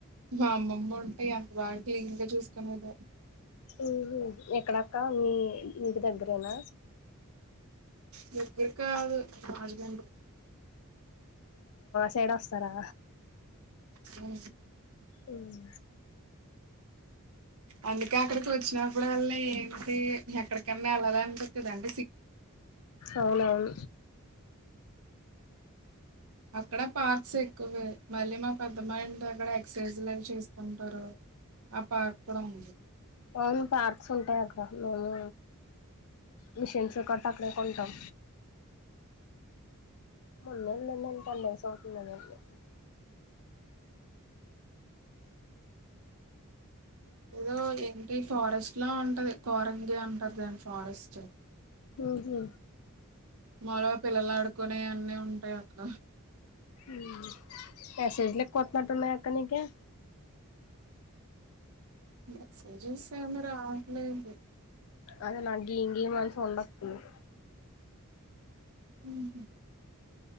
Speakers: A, on the right (about 70°); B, on the left (about 70°).
A: మా అమ్మమ్మ ఉంటాయి అంత బాగా క్లీన్ గా చూసుకోనేదో
B: ఉహు ఎక్కడక్క మీ నీకు దగ్గరేనా
A: గిర్ గిర్కా గాదు రాజమండ్రి
B: తేడా వస్తారా
A: హు
B: ఉమ్
A: అందుకే అక్కడికి వచ్చినప్పుడు వల్ల ఏంటి ఎక్కడికన్నా వెళ్ళాలను అనిపిత్తది అండి
B: అవునవును
A: అక్కడ పార్క్స్ ఎక్కువే మళ్ళీ మా పెద్దమ్మ ఇంటి దగ్గరా ఎక్ససైజ్ లు అవి చేసుకుంటారు ఆ పార్క్ కూడా ఉంది
B: అవును పార్క్స్ ఉంటాయి అక్కడ మేము మిషన్స్ <unintelligible> కొంటాం మొన్న వెళ్లిండా అంటాండే సౌత్ <unintelligible>
A: ఏదో ఏంటి ఫారెస్ట్ లా ఉంటది కోరంగి అంటారు దాని ఫారెస్ట్
B: ఉహు
A: మరో పిల్లలు ఆడుకునే అన్నీ ఉంటాయి అక్కడ
B: ఉమ్ మెసేజ్లు ఎక్కువ వస్తున్నట్లు ఉన్నాయి అక్కా నీకే
A: మెసేజెస్ ఏమి రావట్లేదు
B: అదే నాకు గిమ్ గిమ్ అని సౌండ్ వస్తుంది
A: ఉహు